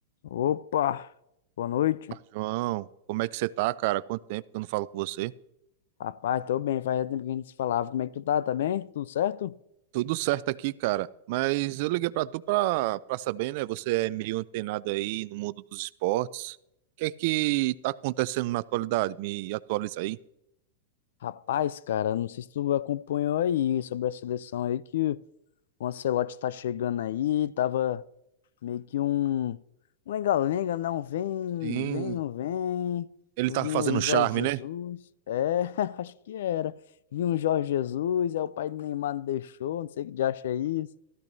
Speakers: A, on the left; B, on the right.
A: Opa, boa noite.
B: João, como é que você tá, cara? Quanto tempo que eu não falo com você?
A: Rapaz, tô bem, faz tempo que a gente se falava. Como é que tu tá? Tá bem? Tudo certo?
B: Tudo certo aqui, cara. Mas eu liguei pra tu pra, pra saber, né? Você é meio antenado aí no mundo dos esportes. O que é que tá acontecendo na atualidade? Me atualiza aí.
A: Rapaz, cara, não sei se tu acompanhou aí sobre a seleção aí que o Ancelotti tá chegando aí, tava meio que um um lenga-lenga, não vem,
B: Sim,
A: vem, não vem.
B: ele
A: Vinha
B: tá fazendo
A: o Jorge
B: charme,
A: Jesus,
B: né?
A: é, <laughs> acho que era. Vinha o Jorge Jesus, é o pai do Neymar não deixou, não sei o que de acha isso.